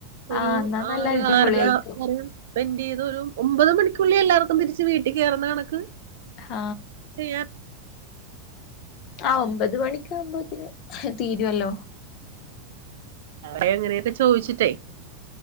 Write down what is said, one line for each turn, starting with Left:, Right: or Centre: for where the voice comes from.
Right: ഒരു
Left: ആഹ് എന്നാ നല്ല
Right: ആറ്
Left: അടിപൊളിയായിക്കും
Right: ആറര വരെ സ്പെൻഡ് ചെയ്ത് ഒരു ഒമ്പത് മണിക്കുള്ളിൽ എല്ലാവർക്കും തിരിച്ച് വീട്ടിൽ കയറുന്ന കണക്ക്
Left: ആ
Right: ചെയ്യാൻ
Left: ആ ഒമ്പത് മണിക്ക ആകുമ്പോതിന് തീരുമല്ലോ
Right: അ എങ്ങനെയൊക്കെ ചോദിച്ചിട്ട്